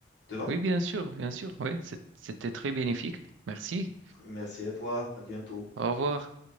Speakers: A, on the left (about 60°); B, on the right (about 75°).
A: Te va?
B: Oui, bien sûr, bien sûr. Oui, c'est- c'était très bénéfique. Merci.
A: Merci à toi. À bientôt.
B: Au revoir.